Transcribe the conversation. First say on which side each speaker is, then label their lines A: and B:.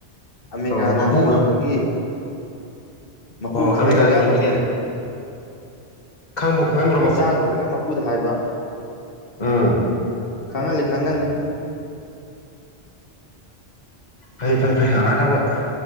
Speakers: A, on the left; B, on the left.
A: ꯑꯃꯦꯔꯤꯀꯥꯅ
B: ꯑꯣ ꯃꯄꯨ
A: ꯌꯣꯟꯕꯒꯤ ꯃꯄꯨ
B: ꯑꯣ
A: ꯈꯪꯍꯜꯂꯒ
B: ꯑꯃꯦꯔꯤꯀꯥꯅ ꯌꯣꯟꯕꯒꯤ ꯈꯪꯕꯨ ꯈꯪꯍꯟꯕ꯭ꯔꯣ
A: ꯆꯥ ꯂꯣꯏꯔꯒ ꯃꯄꯨꯗ ꯍꯥꯏꯕ
B: ꯑꯥ
A: ꯈꯪꯍꯜꯂꯤ ꯈꯪꯍꯜꯂꯤ
B: ꯐꯩ ꯐꯩ ꯐꯩ ꯑꯗꯨꯃꯥꯏꯅ ꯇꯧꯕ